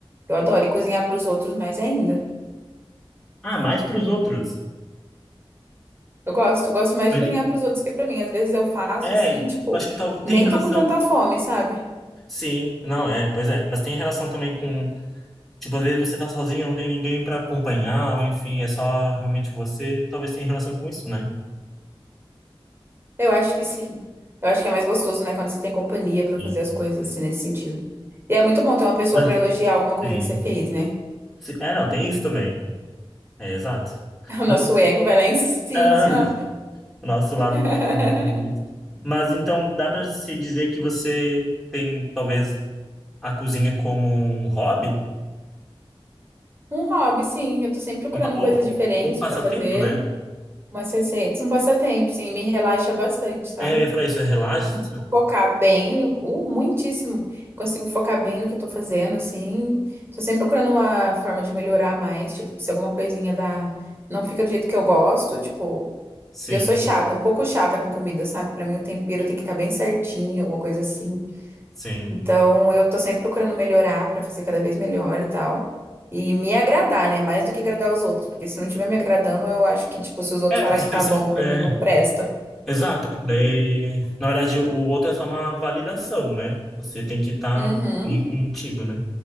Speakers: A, on the right; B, in the centre.
A: eu adoro e cozinhar pros outros mais ainda.
B: Ah, mais para os outros.
A: Eu gosto, gosto mais
B: Mas,
A: de cozinhar pros outros que pra mim. Às vezes eu faço
B: é,
A: assim,
B: e
A: tipo,
B: acho que tal... tem
A: nem
B: relação.
A: tô com tanta fome, sabe?
B: Sim, não, é, pois é. Mas tem relação também com. Tipo, às vezes você tá sozinho, não tem ninguém para acompanhar, ou enfim, é só realmente você. Talvez tenha relação com isso, né?
A: Eu acho que sim. Eu acho que é mais gostoso, né, quando você tem companhia pra
B: Sim.
A: fazer as coisas assim nesse sentido. E é muito bom ter uma pessoa
B: Mas,
A: pra elogiar alguma coisa
B: sim.
A: que você fez, né?
B: Sim. É, não, tem isso também. É, exato.
A: <laughs> O
B: Mas-
A: nosso ego vai lá em cima,
B: <laughs>
A: assim, ó.
B: o nosso lado
A: <laughs>
B: latino aqui Mas então dá para se dizer que você tem talvez a cozinha como um hobby?
A: Um hobby, sim. Eu tô sempre procurando
B: Um pa- Ou
A: coisas diferentes
B: ou um passatempo,
A: pra fazer.
B: né?
A: Umas receitas, um passatempo, sim. Me relaxa bastante, sabe?
B: É, eu ia falar isso, é relaxa?
A: Consigo focar bem no... Uh, muitíssimo. Consigo focar bem no que eu tô fazendo, assim. Tô sempre procurando uma forma de melhorar mais. Tipo, se alguma coisinha dá... Não fica do jeito que eu gosto, tipo...
B: Sim,
A: E eu sou chata, um pouco chata com comida, sabe? Pra mim o tempero tem que estar bem certinho, alguma coisa assim.
B: sim.
A: Então eu tô sempre procurando melhorar pra fazer cada vez melhor e tal. E me agradar, né? Mais do que agradar os outros, porque se não estiver me agradando, eu acho que, tipo, se os outros
B: É,
A: falar
B: porque
A: que
B: se
A: tá
B: você.
A: bom, pra
B: É,
A: mim não presta.
B: exato, porque daí. Na verdade, o outro é só uma validação, né? Você tem que estar
A: Uhum.
B: contigo, né?